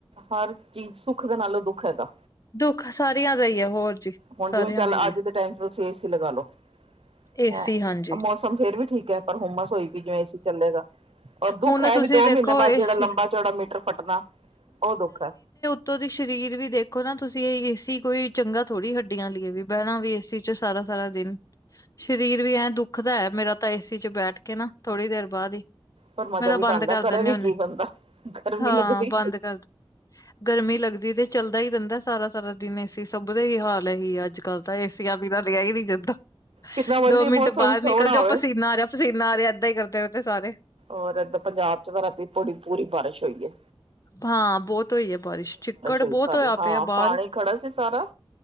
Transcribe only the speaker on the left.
ਦੁੱਖ ਸਾਰੀਆਂ ਦਾ ਈ ਐ ਹੋਰ ਜੀ
ਸਾਰਿਆਂ
ਦਾ ਈ
ਐ
ਏਸੀ
ਹਾਂਜੀ।
ਹੁਣ
ਤੁਸੀਂ
ਦੇਖੋ
ਏਸੀ
ਉਤੋਂ ਦੀ ਸ਼ਰੀਰ ਵੀ ਦੇਖ ਦੇਖੋ ਨਾ ਤੁਸੀਂ ਏਸੀ ਕੋਈ ਚੰਗਾ ਥੋੜੀ ਹੱਡੀਆਂ ਲਈ ਏ ਵੀ ਬੈਣਾ ਵੀ ਏਸੀ ਚ ਸਾਰਾ ਸਾਰਾ ਦਿਨ। ਸਰੀਰ ਵੀ ਐਂ ਦੁੱਖ ਦਾ ਐ ਮੇਰਾ ਤਾਂ ਏਸੀ ਚ ਬੈਠ ਕੇ ਨਾ ਥੋੜੀ ਦੇਰ ਬਾਅਦ ਹੀ।
ਮੈਂ ਤਾਂ
ਬੰਦ
ਕਰ
ਦਿੰਨ
ਹਨੇ
ਹਾਂ
ਬੰਦ ਕਰ। ਗਰਮੀ ਲੱਗਦੀ ਤੇ ਚੱਲਦਾ ਹੀ ਰੈਂਦਾ ਸਾਰਾ ਸਾਰਾ ਦਿਨ ਏਸੀ ਸਭ ਦਾ ਇਹੀ ਹਾਲ ਐ ਹੀ ਆ ਅੱਜ ਅੱਜ ਕੱਲ ਤਾਂ ਏਸੀਆਂ ਬਿਨਾ ਰੇਆ ਹੀ ਨਹੀਂ ਜਾਂਦਾਂ
ਦੋ ਮਿੰਟ
ਬਾਅਰ
ਨਿਕਲ ਜਾਓ
ਪਸੀਨਾ ਆ ਜਾਨ ਪਸੀਨਾ ਆ ਰੇਆ ਏਦਾਂ ਹੀ ਕਰਦੇ ਰੈਂਦੇ ਸਾਰੇ।
ਹਾਂ ਬੋਤ ਹੋਈ ਏ ਬਾਰਿਸ਼ ਚਿੱਕੜ
ਬੋਤ
ਹੋਇਆ
ਪਿਆ ਬਾਰ।